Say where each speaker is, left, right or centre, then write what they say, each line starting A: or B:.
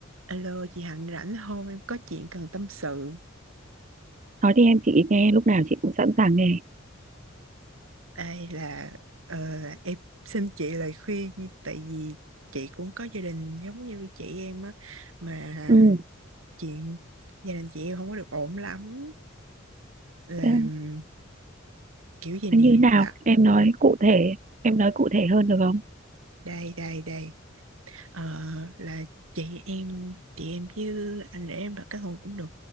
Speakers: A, on the right; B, on the right.
A: Alo chị Hạnh rảnh không? Em có chuyện cần tâm sự.
B: nói đi em chị nghe lúc nào chị cũng sẵn sàng nghe
A: Đây là ờ, em xin chị lời khuyên như- tại vì chị cũng có gia đình giống như chị em á mà
B: ừ
A: chuyện gia đình chị em không có được ổn lắm là
B: thế
A: kiểu gì nè
B: thế như nào
A: là
B: em nói cụ thể em nói cụ thể hơn được không
A: đây đây đây Ờ, là chị em chị em với anh rể em đã kết hôn cũng được